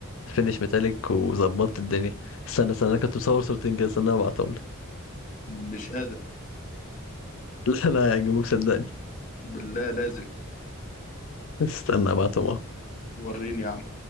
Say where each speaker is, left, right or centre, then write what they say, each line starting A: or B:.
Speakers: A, on the left; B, on the left.
A: فينش ميتاليك وظبطت الدنيا استنى استنى انا كنت مصور صورتين كده استنى ابعتهم لك
B: مش قادر
A: <laughs> لا لا هيعجبوك صدقني
B: بالله لازم
A: استنى ابعتهم
B: وريني يا عم